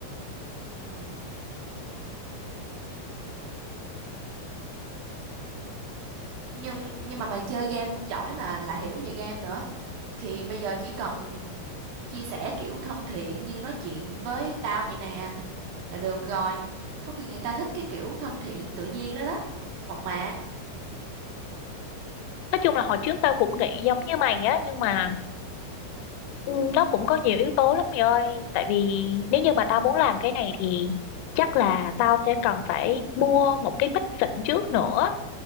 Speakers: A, on the right; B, on the left.
A: Ừ. nhưng nhưng mà mày chơi game cũng giỏi mà lại hiểu về game nữa thì bây giờ chỉ cần chia sẻ kiểu thân thiện như nói chuyện với tao vậy nè là được rồi có khi người ta thích cái kiểu thân thiện tự nhiên đó đó mộc mạc
B: Nói chung là hồi trước tao cũng nghĩ giống như mày á nhưng mà ừ, nó cũng có nhiều yếu tố lắm mày ơi. Tại vì nếu như mà tao muốn làm cái này thì chắc là tao sẽ cần phải mua một cái mic xịn trước nữa.